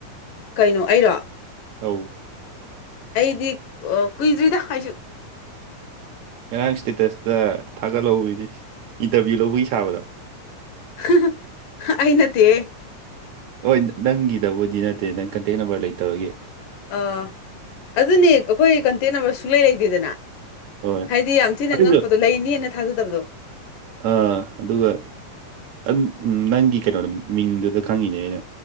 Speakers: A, on the left; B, on the right.
A: ꯀꯩꯅꯣ ꯑꯩꯔꯣ
B: ꯑꯧ
A: ꯑꯩꯗꯤ ꯀꯨꯏꯗ꯭ꯔꯤꯗ ꯑꯩꯁꯨ
B: ꯉꯔꯥꯡ ꯏꯁ꯭ꯇꯦꯇꯁꯇ ꯊꯥꯒꯠꯍꯧꯏꯅꯦ ꯏꯟꯇꯔꯚꯤꯌꯨ ꯂꯧꯕꯒꯤ ꯁꯥꯕꯗꯣ
A: ꯍꯥ ꯍꯥ ꯑꯩ ꯅꯠꯇꯦꯍꯦ
B: ꯍꯣꯏ ꯅꯪꯒꯤꯗꯕꯨꯗꯤ ꯅꯠꯇꯦ ꯅꯪ ꯀꯟꯇꯦꯛ ꯅꯝꯕꯔ ꯂꯩꯇꯕꯒꯤ
A: ꯑ ꯑꯗꯨꯅꯤ ꯑꯩꯈꯣꯏ ꯀꯟꯇꯦꯛ ꯅꯝꯕꯔ ꯁꯨꯡꯂꯩ ꯂꯩꯇꯦꯗꯅ
B: ꯍꯣꯏ
A: ꯍꯥꯏꯗꯤ ꯌꯥꯝ ꯊꯤꯅ
B: ꯑꯗꯨꯒ
A: ꯉꯛꯄꯗꯣ ꯂꯩꯅꯦꯅ ꯊꯥꯖꯗꯕꯗꯣ
B: ꯑꯥ ꯑꯗꯨꯒ ꯑꯗꯨꯝ ꯅꯪꯒꯤ ꯀꯩꯅꯣꯗꯣ ꯃꯤꯡꯗꯨꯗ ꯈꯪꯉꯤꯅꯦ ꯑꯩꯅ